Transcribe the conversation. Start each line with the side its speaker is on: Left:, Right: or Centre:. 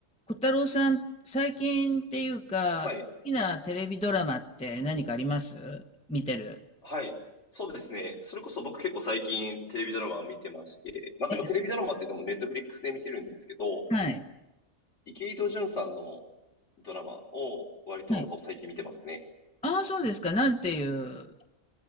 Centre: 小太郎さん、最近っていうか、
Left: はい。
Centre: 好きなテレビドラマって何かあります見てる。
Left: はい。そうですね。それこそ僕結構最近テレビドラマを見てまして、まあでもテレビドラマってでもネットフリックスで見てるんですけど、
Centre: えはい。
Left: 池井戸潤さんのドラマを割と最近見てますね。
Centre: はい。ああ、そうですか。なんていう。